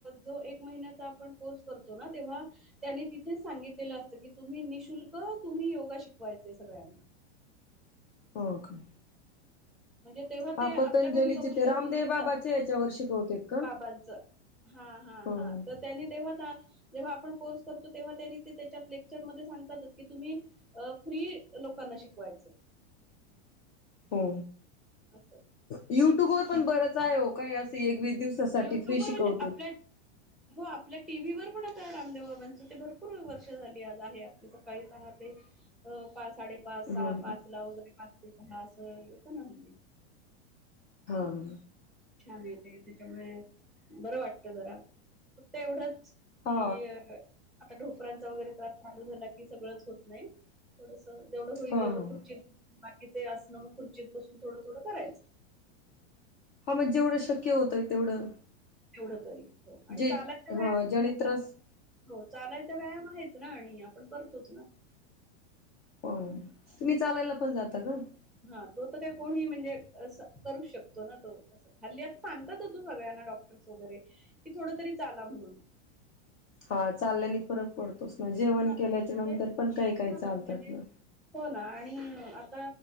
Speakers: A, in the centre; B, on the left.
A: जो एक महिन्याचा आपण कोर्स करतो ना तेव्हा त्यांनी तिथेच सांगितलेलं असतं की तुम्ही निशुल्क तुम्ही योगा शिकवायचे सगळ्यांना.
B: हो का?
A: म्हणजे तेव्हा
B: हा
A: ते आपल्याकडून
B: पतंजलीचे
A: कबूल
B: ते
A: करून
B: रामदेव
A: घेतात.
B: बाबाच्या याच्यावर शिकवतेत का
A: बाबांच हा हा
B: हो
A: हा
B: हो.
A: तर त्यानी तेव्हा जेव्हा आपण कोर्स करतो. तेव्हा त्यांनी ते त्याच्यातले, चर मध्ये सांगतातच की तुम्ही फ्री लोकांना शिकवायचं.
B: हो.
A: अच्छा!
B: युट्यूब वर पण बरंच आहे हो काही असे एक वीस दिवसासाठी
A: युट्यूबवर
B: फ्री शिकवते.
A: म्हणजे आपल्या हो आपल्या टी व्ही वर पण आता रामदेव बाबांचं ते भरपूर वर्ष झाली आज आहे आपल्या सकाळी सहा ते अ पाच साडेपाच
B: हम्म
A: सहा पाच ला वगैरे पाच ते सहा अस येत ना हल्ली.
B: हां.
A: छान येत त्याच्यामुळे बरं वाटत जरा फक्त एवढंच
B: हा
A: की अ आता ढोपरांचा वगैरे त्रास चालू झाला की सगळंच होत नाही. थोडस जेवढं होईल
B: हा
A: तेवढं
B: ह
A: खुर्चीत बाकीचे असणं मग खुर्चीत बसून थोडं थोडं करायचं.
B: हा मग जेवढं शक्य होतंय तेवढं,
A: तेवढ तरी हो आणि
B: जे
A: चालायचा
B: ह
A: व्यायाम
B: ज्याने त्रास
A: हो चालायचा व्यायाम आहेच‌. ना आणि आपण करतोच ना.
B: हो हो तुम्ही चालायला पण जाता का?
A: हा तो तर काय कोणीही म्हणजे असं करू शकतो ना तो हल्ली आता सांगतातचं सगळ्यांना डॉक्टर्स वगैरे की थोडं तरी चाला म्हणून
B: हा चालण्याने फरक पडतोचं ना जेवण
A: हां,
B: केल्याच्या
A: म्हणजे
B: नंतर पण काही काही
A: हां,
B: चालतात
A: म्हणजे
B: ना
A: हो ना आणि आता